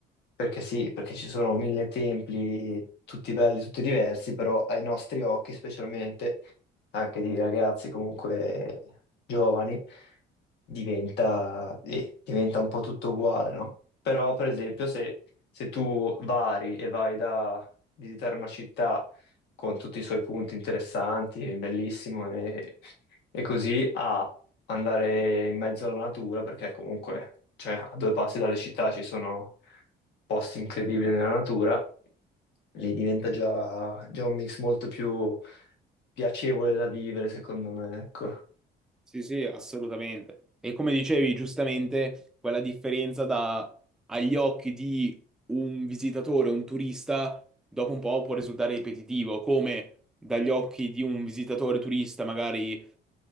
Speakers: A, on the left (about 70°); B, in the centre.
A: perché sì, perché ci sono mille templi, tutti belli, tutti diversi, però ai nostri occhi, specialmente anche di ragazzi comunque giovani, diventa, eh, diventa un po' tutto uguale, no? Però, per esempio, se, se tu vari e vai da visitare una città con tutti i suoi punti interessanti, bellissimo e e così a andare in mezzo alla natura, perché comunque, cioè, a due passi dalle città ci sono posti incredibili nella natura, lì diventa già, già un mix molto più piacevole da vivere, secondo me, ecco.
B: Sì, sì, assolutamente. E come dicevi giustamente, quella differenza da agli occhi di un visitatore, un turista, dopo un po' può risultare ripetitivo, come dagli occhi di un visitatore turista, magari eh,